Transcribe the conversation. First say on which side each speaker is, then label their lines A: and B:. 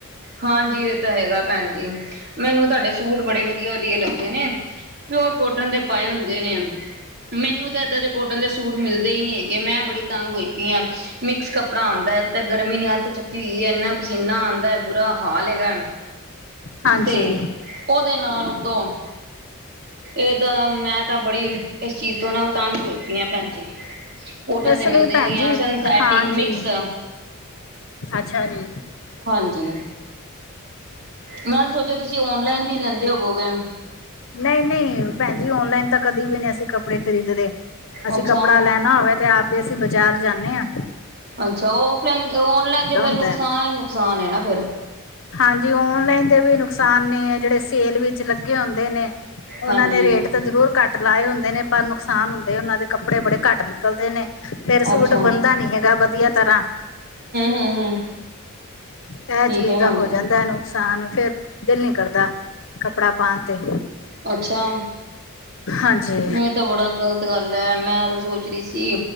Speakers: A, on the right; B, on the left.
A: ਹਾਂਜੀ ਇਹ ਤਾਂ ਹੈਗਾ ਭੈਣ ਜੀ। ਮੈਨੂੰ ਤੁਹਾਡੇ ਸੂਟ ਬੜੇ ਵਧੀਆ- ਵਧੀਆ ਲੱਗਦੇ ਨੇ। ਪਿਓਰ ਕੋਟਨ ਦੇ ਪਾਏ ਹੁੰਦੇ ਨੇ। ਮੈਨੂੰ ਤਾਂ ਇੱਦਾਂ ਦੇ ਕੋਟਨ ਦੇ ਸੂਟ ਮਿਲਦੇ ਹੀ ਨਹੀਂ ਹੈਗੇ। ਮੈਂ ਬੜੀ ਤੰਗ ਹੋਈ ਪਈਆਂ ਮਿਕਸ ਕੱਪੜਾਉਂਦਾ ਹੈ ਤਾਂ, ਗਰਮੀ ਨੇ ਅੱਤ ਚੱਕੀ। ਕੀ ਇੰਨਾ ਪਸੀਨਾ ਆਉਂਦਾ ਬੁਰਾ ਹਾਲ ਹੈੇਗਾ,
B: ਹਾਂਜੀ
A: ਤੇ। ਉਹਦੇ ਨਾਲ, ਉਤੋਂ ਏਦਾ ਮੈਂ ਤਾਂ ਬੜੀ। ਇਸ ਚੀਜ਼ ਤੋਂ, ਨਾ ਤੰਗ ਹੋਈ ਪਈਆਂ ਭੈਣ ਜੀ। ਕੋਟਨ
B: ਇਸ
A: ਦੇ ਮਿਲਦੇ
B: ਲਈ ਭੈਣ
A: ਨੀ
B: ਜੀ,
A: ਆ ਸਿੰਥੈਟਿਕ
B: ਹਾਂਜੀ
A: ਮਿਕਸ
B: ਅੱਛਾ ਜੀ।
A: ਹਾਂਜੀ ਮੈਂ ਸੋਚਿਆ, ਤੁਸੀਂ ਓਨਲਾਈਨ ਵੀ ਲੈਂਦੇ ਹੋਵੋਗੇ।
B: ਨਹੀਂ- ਨਹੀਂ ਭੈਣ ਜੀ, ਔਨਲਾਈਨ ਤਾਂ ਕਦੇ ਵੀ ਨਹੀਂ, ਅਸੀਂ ਕੱਪੜੇ ਖਰੀਦਦੇ। ਅਸੀਂ
A: ਅੱਛਾ
B: ਕੱਪੜਾ ਲੈਣਾ ਹੋਵੇ ਤੇ, ਆਪੇ ਅਸੀਂ ਬਾਜ਼ਾਰ ਜਾਂਦੇ ਹਾਂ।
A: ਅੱਛਾ ਔਫਲਾਈਨ ਔਨਲਾਈਨ ਤੇ, ਫੇਰ
B: ਹੁੰਦਾ
A: ਨੁਕਸਾਨ
B: ਹੈ।
A: ਹੀ ਨੁਕਸਾਨ ਨਾ ਫੇਰ।
B: ਹਾਂਜੀ, ਓਨਲਾਈਨ ਦੇ ਵੀ ਨੁਕਸਾਨ ਨੇ, ਜਿਹੜੇ ਸੇਲ ਵਿਚ ਲੱਗੇ ਹੁੰਦੇ ਨੇ। ਉਹਨਾਂ
A: ਹਾਂਜੀ
B: ਨੇ ਰੇਟ ਤਾਂ ਜ਼ਰੂਰ ਘੱਟ ਲਾਏ ਹੁੰਦੇ ਨੇ। ਪਰ ਨੁਕਸਾਨ ਹੁੰਦੇ ਉਹਨਾਂ ਦੇ, ਕੱਪੜੇ ਬੜੇ ਘੱਟ ਨਿਕਲਦੇ ਨੇ। ਫੇਰ ਸੂਟ
A: ਅੱਛਾ
B: ਬਣਦਾ
A: ਹੂੰ
B: ਨੀ ਹੈਗਾ, ਵਧੀਆ ਤਰਾਂ।
A: ਹੂੰ ਹੂੰ
B: ਇਹ
A: ਠੀਕ
B: ਚੀਜ਼,
A: ਹੈ
B: ਤਾਂ
A: ਭੈਣ
B: ਹੋ
A: ਜੀ
B: ਜਾਂਦਾ ਇਹਨੂੰ। ਨੁਕਸਾਨ ਫੇਰ, ਦਿਲ ਨੀ ਕਰਦਾ ਕੱਪੜਾ ਪਾਉਣ ਤੇ।
A: ਅੱਛਾ,
B: ਹਾਂਜੀ
A: ਮੈਂ ਤਾਂ ਬੜਾ। ਗ਼ਲਤ ਗੱਲ ਹੈ। ਮੈਂ ਉਹਦੋਂ ਸੋਚ ਰਹੀ ਸੀ,